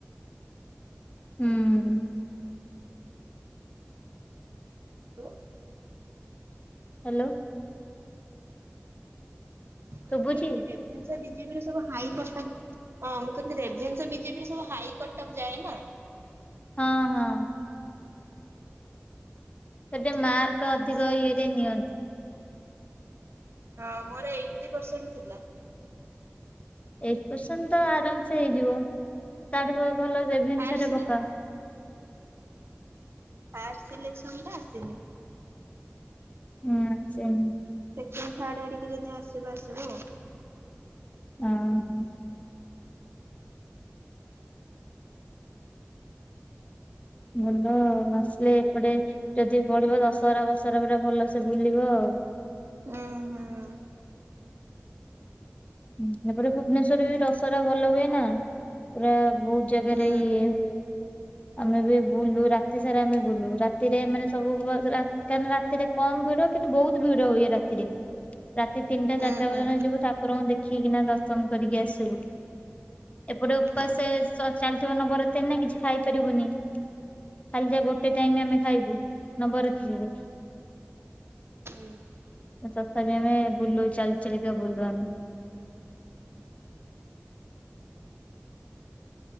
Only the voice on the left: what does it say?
ହୁଁ ହିଁ।
ହାଲୋ।
ଶୁଭୁଛି
ହଁ ହଁ। ସେଠି
ମାର୍କ ଅଧିକ
ଇଅରେ ନିଅନ୍ତି।
ଏଇଟି ପସେଣ୍ଟ ତ ଆରାମସେ ହେଇଯିବ ତାଠୁ ଭଲ ରେଭେନ୍ସା
ରେ ପକାଅ।
ହୁଁ ଆସିନି।
ଉଁ ହୁଁ। ଭଲ ଆଉ ଆସିଲେ ଏପଟେ। ଯଦି ପଢିବ ଦଶରା, ଫସରା ପୁରା ଭଲସେ ବୁଲିବ ଆଉ।
ହୁଁ ଏପଟେ ଭୁବନେଶ୍ୱର ବି ଦଶହରା ଭଲ ହୁଏ ନା ପୁରା ବହୁତୁ। ଜାଗା
ରେ ଇଏ ହୁଏ। ଆମେ ବି ବୁଲୁ ରାତି ସାରା ଆମେ ବୁଲୁ ରାତିରେ ମାନେ ସବୁ କାହିଁକି ରାତିରେ କମ ଭିଡ କିନ୍ତୁ ବହୁତ ଭିଡ ହୁଏ ରାତିରେ। ରାତି ତିନିଟା,
ଚାରିଟା
ପର୍ଯ୍ୟନ୍ତ ଯିବୁ ଠାକୁରଙ୍କୁ ଦେଖିକିନା ଦର୍ଶନ କରିକି ଆସିବୁ। ଏପଟେ ଉପାସ
ଚାଲିଥିବ ନବରତ ନା କିଛି ଖାଇପାରିବୁନି। କାଲି ଯା ଗୋଟେ ଟାଇମ ଆମେ ଖାଇବୁ ନବରାତ୍ରିରେ।
ତଥାପି ଆମେ ବୁଲୁ ଚାଲିଚାଲିକି ବୁଲୁ ଆମେ।